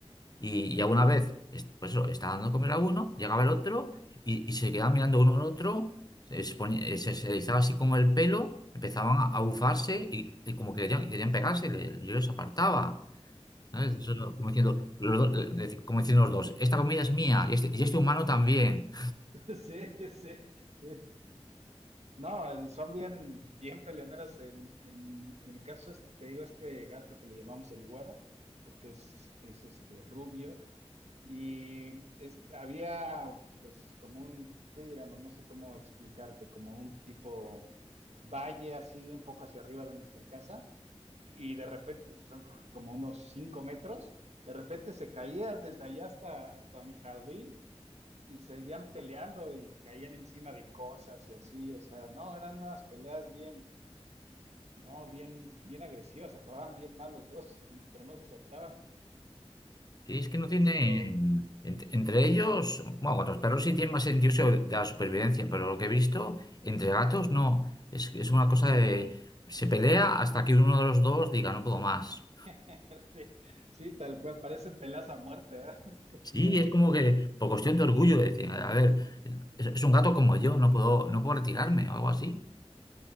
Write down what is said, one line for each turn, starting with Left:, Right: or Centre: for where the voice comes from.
Left: Y, y alguna vez, es- pues eso, estaba dando de comer a uno, llegaba el otro y, y se quedaban mirando uno al otro, se, se ponía- eh, se- se erizaba así como el pelo, empezaban a, a bufarse y, y como que querían, querían pegarse, le- yo los apartaba. ¿sabes? Eso, como diciendo, los do- eh, deci- como diciendo los dos, esta comida es mía y este, y este humano también.
Right: <laughs> Sí, sí, sí. No, son bien, bien peleoneras. En, en, en el caso, este, te digo, este gato que le llamamos el güero, porque es, es este rubio, y es- había pues como un, ¿qué diremos? No sé cómo explicarte, como un tipo valle así, un poco hacia arriba de nuestra casa y de repente, son como unos cinco metros, de repente se caían desde allá hasta, hasta mi jardín y seguían peleando y caían encima de cosas y así, o sea, no, eran unas peleas bien, no, bien, bien agresivas, acababan bien mal los dos, pero no se soltaban.
Left: Sí, es que no
Right: Eso
Left: tienen,
Right: es lo,
Left: ent- entre ellos, bueno, con los perros sí tienen más sentido sobre- de la supervivencia, pero lo que he visto, entre gatos no, es, es una cosa de, se pelea hasta que uno de los dos diga, no puedo más.
Right: <laughs> sí, sí, tal cual, parecen peleas a muerte, ¿verdad? <laughs> Tal
Left: Sí,
Right: cual.
Left: es como que por cuestión de orgullo, de decir, a ver, es, es un gato como yo, no puedo, no puedo retirarme o algo así.